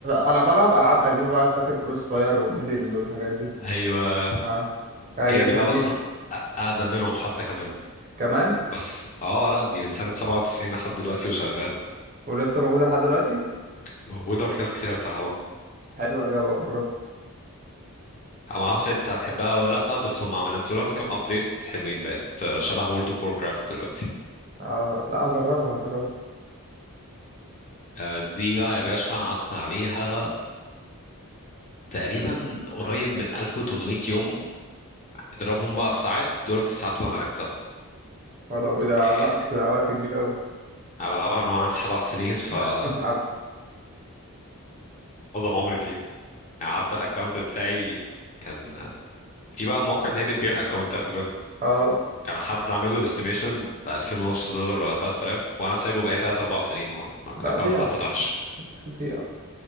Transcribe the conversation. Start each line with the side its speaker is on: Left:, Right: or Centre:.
Right: انا بلعب العاب قديمة بقى فاكر كروس فاير وميدل والحاجات دي
Left: ايوه
Right: اه ايام
Left: هي دي بقى
Right: جميلة
Left: مثلا أ- اقدم منهم حتى كمان
Right: كمان
Left: بس اه لا دي من سنه 97 لحد دلوقتي وشغاله
Right: ولسه موجودة لحد دلوقتي
Left: موجوده وفي ناس كتير بتلعبها
Right: حلوة دي ابقى اجربها
Left: انا ما اعرفش انت هتحبها ولا لا بس هم عم نزلوا لها كام ابديت حلوين بقت شبه وورد اوف ووركرافت دلوقتي
Right: اه لا اجربها اجربها
Left: آه، دي بقى يا باشا قعدت عليها تقريبا قريب من 1800 يوم اضربهم بقى في ساعات دولت الساعات اللي انا لعبتها
Right: يا رب ده
Left: يعني
Right: وقت ده وقت كبير قوي
Left: انا بلعبها من وانا عندي سبع سنين فمعظم
Right: <laughs> العب.
Left: عمري فيها يعني حتى الاكونت بتاعي كان في بقى مواقع اللي هي بتبيع الاكونتات وكده
Right: اه
Left: كان حد عامل له استيميشن ب 2000 ونص دولار ولا 3000 وانا سايبه بقالي 3 4 سنين اهو ما- الاكونت
Right: لا بيع
Left: ما فتحش
Right: بيع